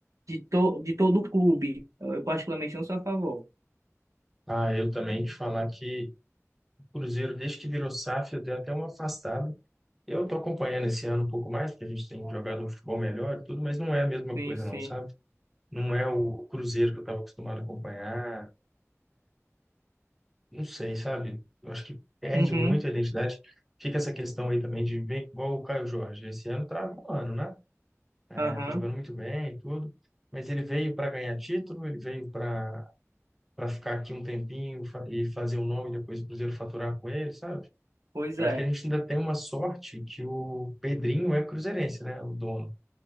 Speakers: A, on the right; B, in the centre.
A: de, to de todo o clube. Eu, eu particularmente não sou a favor.
B: Ah, eu também te falar que o Cruzeiro, desde que virou SAF, eu dei até uma afastada. Eu tô acompanhando esse ano um pouco mais, porque a gente tem jogado um futebol melhor e tudo, mas não é a mesma
A: Sim,
B: coisa,
A: sim.
B: não, sabe? Não é o Cruzeiro que eu estava acostumado a acompanhar. Não sei, sabe? Eu acho que perde
A: Uhum,
B: muito a identidade. Fica essa questão aí também de ver, igual o Caio Jorge. Esse ano tá voando, né? É,
A: aham,
B: tá jogando muito bem e tudo. Mas ele veio para ganhar título, ele veio para para ficar aqui um tempinho fa- e fazer o nome e depois o Cruzeiro faturar com ele, sabe?
A: pois
B: Eu
A: é.
B: acho que a gente ainda tem uma sorte que o Pedrinho é cruzeirense, né? O dono.